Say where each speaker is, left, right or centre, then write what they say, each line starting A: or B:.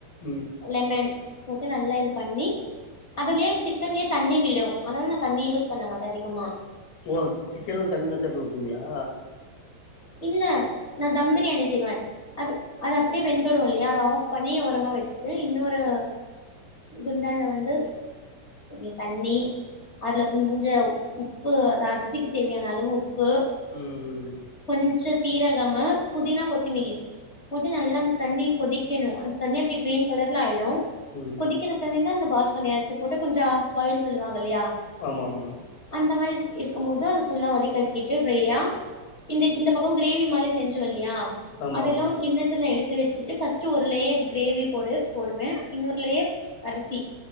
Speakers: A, on the left; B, on the left.
A: ம்.
B: லெமன் போட்டு நல்லா இது பண்ணி அதுலியே சிக்கன்லியே தண்ணி விடு அதனால் நா தண்ணி யூஸ் பண்ண மாட்டே அதிகமா.
A: ஓ த்து சிக்கன்ல் தண்ணி வெச்சு அப்டியே ஊத்துவிங்ளா?
B: இல்ல நா தம் பிரியாணி செய்வே‌. அது அது அப்டியே வெந்துடு இல்லையா அத ஆஃப் பண்ணி ஓரமா வெச்சுட்டு இன்னோரு‌‌ குண்டான்ல்ல வந்து எப்டி தண்ணி அதுல கொஞ்ச உப்பு அது அரிசிக்கு தேவையான அளவு உப்பு
A: ம் ம் ம்.
B: கொஞ்சோ சீரகமு புதினா கொத்துமில்லி போட்டு நல்லா அந்த தண்ணி கொதிக்கணு அந்த தண்ணி அப்டே கிரீன் கலர்ல ஆயிடு.
A: ம்
B: கொதிக்கிற தண்ணில அந்த பாஸ்மதி அரிசி போட்டு கொஞ்சோ ஹாஃப்பாயில் சொல்லுவாங்க இல்லியா
A: ஆமாமாங்
B: அந்த மாரி இருக் இருக்கும் போது அது ஃபுல்லா வடிகட்டிட்டு ட்ரையா இந்தக் இந்த பக்கோ கிரேவி மாரி செஞ்சோ இல்லையா
A: ஆமா
B: அதெல்லா
A: ஆமா
B: ஒரு கிண்ணத்துல எடு த்து வெச்சுட்டு ஃபஸ்ட்டு ஒரு லேயர் கிரேவி போடு போடுவே இன்னொரு லேயர் அரிசி